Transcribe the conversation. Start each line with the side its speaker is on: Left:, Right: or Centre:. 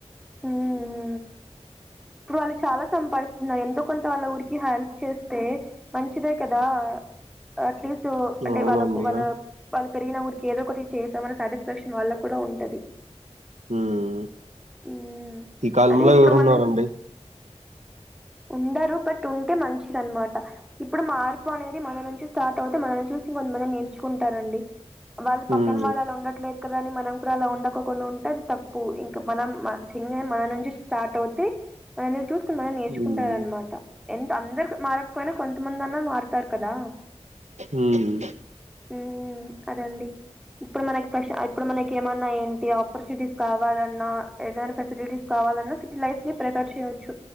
Centre: హు హు ఇప్పుడు వాళ్ళు చాలా సంపాదిస్తున్నారు ఎంతో కొంత వాళ్ళ ఊరికి హెల్ప్ చేస్తే మంచిదే కదా అట్లీస్ట్ సో అంటే
Right: అవునండి
Centre: వాళ్ళకు వాళ్ళ
Right: ఆ.
Centre: వాళ్ళ పెరిగిన ఊరికి ఏదో ఒకటి చేసామని సాటిస్ఫాక్షన్ వాళ్ళకు కూడా ఉంటది
Right: ఉమ్
Centre: హ్మ్.
Right: ఈ కాలంలో
Centre: అదే ఇప్పుడు
Right: ఎవరున్నారండి
Centre: మనం ఉండరు బట్ ఉంటే మంచిదనమాట ఇప్పుడు మార్పు అనేది మన నుంచి స్టార్ట్ అవుతే మనల్ని చూసి ఇంకొంతమంది నేర్చుకుంటారండి వాళ్ళు పక్కన
Right: ఉమ్
Centre: వాళ్ళు అలా ఉండట్లేదు. పక్కదాని మనం కూడా అలా ఉండక పోతే తప్పు ఇంకా మనం చిన్నగా మన నుంచి స్టార్ట్ అవుతే, <unintelligible> మనం నేర్చుకుంటారన్నమాట.
Right: ఉమ్
Centre: ఎంత అందరూ మారకపోయినా కొంతమంది అన్నా మారుతారు కదా.
Right: హ్మ్!
Centre: హ్మ్ అదండి. ఇప్పుడు, మనకి ఇప్పుడు మనకి ఏమన్నా ఏంటి ఆపర్చునిటీస్ కావాలన్నా, ఏదైనా ఫెసిలిటీస్ కావాలన్నా సిటీ లైఫ్ కి ప్రిఫర్ చేయవచ్చు.